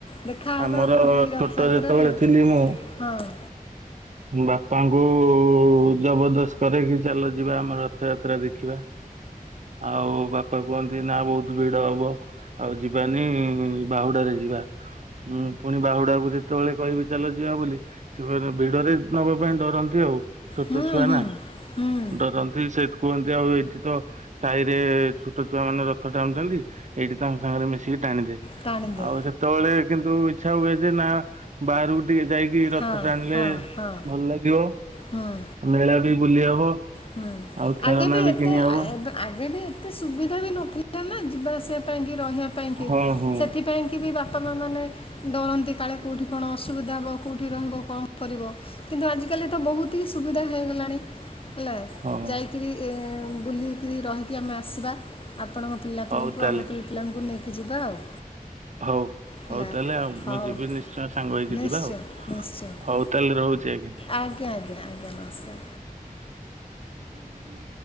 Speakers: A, on the left; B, on the right.
A: ଦେଖାହେବା
B: ଆମର
A: ପୁରୀ ରଥଯାତ୍ରାରେ
B: ଛୋଟ ଯେତେବେଳେ
A: ଆଉ
B: ଥିଲି ମୁଁ
A: ହଁ।
B: ବାପାଙ୍କୁ ଜବରଦସ୍ତ କରରେକି ଚାଲ ଯିବା ଆମର ତ! ରଥଯାତ୍ରା ଦେଖିବା ଆଉ ବାପାଙ୍କୁ କୁହନ୍ତି ନା ବହୁତ୍ ଭିଡ ହବ। ଆଉ ଯିବାନି ବାହୁଡରେ ଯିବା। ହୁଁ ପୁଣି ବାହୁଡାକୁ ଯେତେବେଳେ କହିବେ ଚାଲ, ଯିବା ବୋଲି। ସେ ଭିଡରେ ନବା ପାଇଁ ଡରନ୍ତି ଆଉ, ଛୋଟ
A: ହୁଁ
B: ଛୁଆ
A: ହୁଁ
B: ନା।
A: ହୁଁ
B: ଡରନ୍ତି ସେତ୍ କୁହନ୍ତି ଆଉ ଏଠି ତ। ତାହିରେ ଛୋଟ ଛୁଆ ମାନେ ରଥ ଟାଣୁ ଚନ୍ତି ଏଇଠି ତାଙ୍କ ସାଙ୍ଗରେ ମିଶିକି ଟାଣିଦିଏ।
A: ଟାଣିଦେ
B: ଆଉ ସେତେବେଳେ କିନ୍ତୁ ଇଚ୍ଛା ହୁଏ ଯେ ନା ବାହାରକୁ। ଟିକେ ଯାଇକି ରଥ
A: ହଁ
B: ଟାଣିଲେ
A: ହଁ ହଁ
B: ଭଲ ଲାଗିବ,
A: ହୁଁ
B: ମେଳା ବି ବୁଲି ହବ।
A: ହୁଁ
B: ଆଉ ଖେଳନା
A: ଆଗେ
B: ବି
A: ଏତେ
B: କିଣି ହବ।
A: ଆ- ଏବେ- ଆଗେ ବି ଏତେ ସୁବିଧା ବି ନଥିଲା ନା ଯିବା ଆସିବା ପାଇଁ କି ରହିବା ପାଇଁକି
B: ହଁ ହଁ
A: ସେଥିପାଇଁ। କିଏ ବି ବାପା, ମାଆ ମାନେ ଡରନ୍ତି କାଳେ କୋଉଠି କଣ ଅସୁବିଧା ହେବ କୋଉଠି ରହିବ କଣ କରିବ। କିନ୍ତୁ ଆଜିକାଲି ତ ବହୁତ ହି ସୁବିଧା ହେଇଗଲାଣି। ହେଲା।
B: ହଁ ହଁ।
A: ଯାଇଁ କରି <unintelligible> ବୁଲିକି ରହିି ଆମେ ଆସିବା। ଆପଣଙ୍କ ପିଲା
B: ହଉ
A: ପିଲାଙ୍କୁ
B: ତାହେଲେ
A: ଆମ ପିଲ। ପିଲଙ୍କୁ ନେଇକି ଯିବା ଆଉ।
B: ହଉ
A: ହେଲା
B: ହଉ ତାହେଲେ ଆଉ
A: ହଉ
B: ମୁଁ ଯିବି ନିଶ୍ଚୟ। ସାଙ୍ଗ ହେଇକି
A: ନିଶ୍ଚୟ
B: ଯିବା ଆଉ।
A: ନିଶ୍ଚୟ
B: ହଉ ତାହେଲେ ରହୁଛି ଆଜ୍ଞା।
A: ଆଜ୍ଞା ଆଜ୍ଞା ଆଜ୍ଞା ନମସ୍କାର।
B: ହଉ